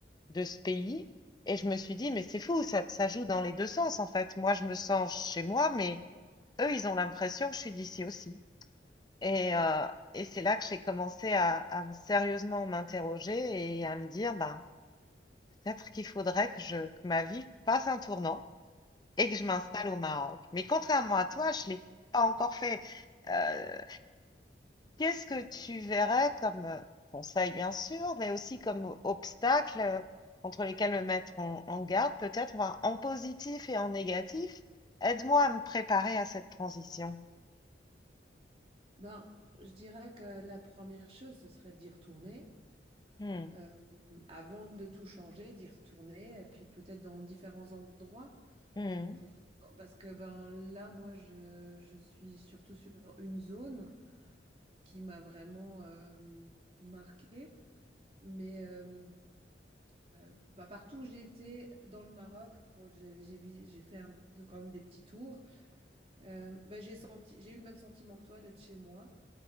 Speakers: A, on the left; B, on the right.
A: de ce pays. Et je me suis dit, mais c'est fou, ça, ça joue dans les deux sens en fait. Moi, je me sens chez moi, mais eux, ils ont l'impression que je suis d'ici aussi. Et, euh, et c'est là que j'ai commencé à, à me- sérieusement m'interroger et à me dire, ben, peut-être qu'il faudrait que, je, que ma vie fasse un tournant et que je m'installe au Maroc. Mais contrairement à toi, je ne l'ai pas encore fait. Euh, Qu'est-ce que tu verrais comme euh, conseil, bien sûr, mais aussi comme euh, obstacle euh, contre lesquels me mettre en, en garde, peut-être, enfin, en positif et en négatif? Aide-moi à me préparer à cette transition.
B: Ben, je dirais que la première chose, ce serait d'y retourner.
A: Hmm,
B: Euh, avant de tout changer, d'y retourner, et puis peut-être dans différents endroits.
A: hmm,
B: Pour... Parce que ben, là, moi, je, je suis surtout sur une zone qui m'a vraiment euh, marquée. Mais euh, euh, bah, partout où j'ai été dans le Maroc, pour- j'ai j'ai vi- j'ai fait un- quand même des petits tours. Euh, bah, j'ai senti, j'ai eu le même sentiment que toi d'être chez moi